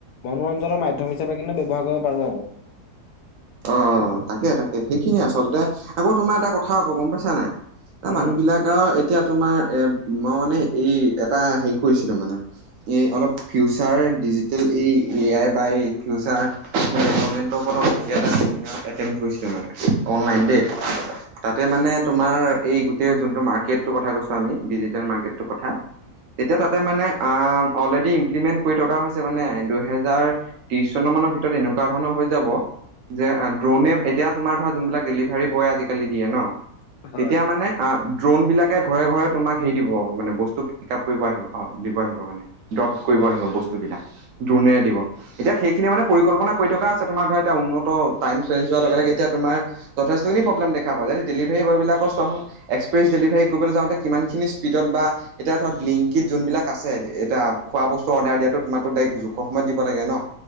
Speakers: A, on the left; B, on the right.
A: মনোৰঞ্জনৰ মাধ্যম হিচাপে কিননো ব্যৱহাৰ কৰিব পাৰোঁ আক।
B: অ অ তাকে তাকে সেইখিনিয়ে আচলতে আকৌ তোমাৰ এটা কথা আকৌ গম পাইছা নাই। এহ
A: উম
B: মানুহ বিলাক আও এতিয়া তোমাৰ এ মই মানে এই এটা সেই কৰিছিলো মানে এই অলপ ফিউচাৰ ডিজিটেল এই এ আই বাই ফিউচাৰ ডেভলপমেণ্টৰ ওপৰত অ তেনেকে এটা চেমিনাৰ এটেন্ট কৰিছিলো মানে। অনলাইন
A: অ
B: দেই। তাতে মানে তোমাৰ এই গোটেই যোনটো মাৰ্কেটটো কথা কৈছো আমি ডিজিটেল মাৰ্কেটটো কথা। তেতিয়া
A: অ
B: তাতে মানে আহ অলৰেডি ইমপ্লিমেন্ট কৰি থকা হৈছে মানে দুহে হেজাৰ ত্ৰিশ চন মান ভিতৰত এনেকুৱা ধৰণৰ হৈ যাব যে ড্ৰৌনে এতিয়া তোমাৰ ধৰা যোনবিলাক ডেলিভাৰী বয় আজিকালি দিয়ে ন
A: হয়
B: তেতিয়া মানে অ ড্ৰোন বিলাকে ঘৰে ঘৰে তোমাক হেৰি দিব মানে বস্তু পিক আপ কৰিব আহিব অ দিব আহিব মানে। ড্ৰপ কৰিব
A: হয়
B: আহিব বস্তুবিলাক দ্ৰোণেৰে দিব। এতিয়া সেইখিনি মানে পৰিকল্পনা কৰি থকা আছে তোমাৰ ধৰা এতিয়া উন্নত টাইম চেঞ্জ হোৱাৰ লগে লগে এতিয়া তোমাৰ যথেষ্টখিনি প্ৰব্লেম দেখা পোৱা যায়, যদি ডেলিভাৰী বয়বিলাকৰ চোৱাহোন। এক্সপ্ৰেছ ডেলিভাৰী কৰিবলৈ যাওঁতে কিমানখিনি স্পীডত বা এতিয়া ধৰা বিলিংকিত যোন বিলাক আছে এতিয়া খোৱা বস্তু অৰ্ডাৰ দিয়াতো তোমাৰটো দাৰেক যোগ কম সময়ত দিব লাগে ন,